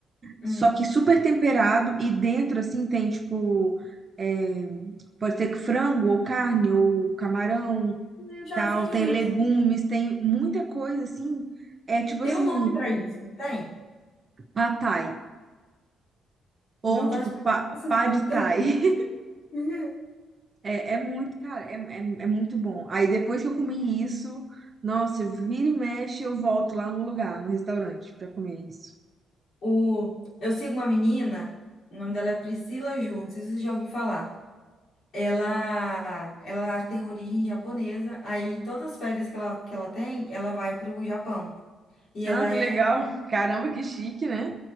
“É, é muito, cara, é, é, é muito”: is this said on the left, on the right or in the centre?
Right